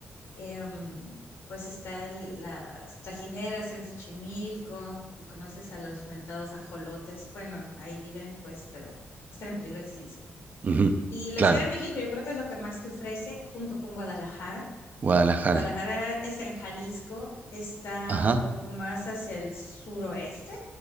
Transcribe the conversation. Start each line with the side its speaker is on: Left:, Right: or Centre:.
Left: em, pues está el- las tajineras en Xochimilco, y conoces a los mentados ajolotes. Bueno, ahí viven, pues, pero están en peligro de extinción.
Right: ujú,
Left: Y la
Right: Claro,
Left: Ciudad de México yo creo que es lo que más te ofrece junto con Guadalajara.
Right: Guadalajara.
Left: Guadalajara está en Jalisco, está
Right: Ajá,
Left: un poco más hacia el suroeste.